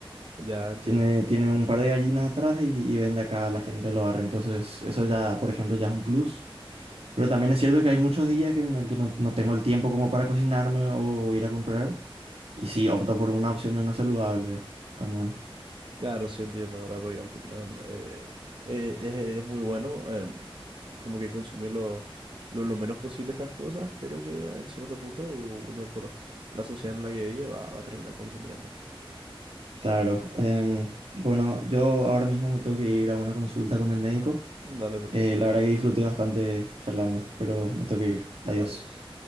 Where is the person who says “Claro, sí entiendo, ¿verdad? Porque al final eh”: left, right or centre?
Right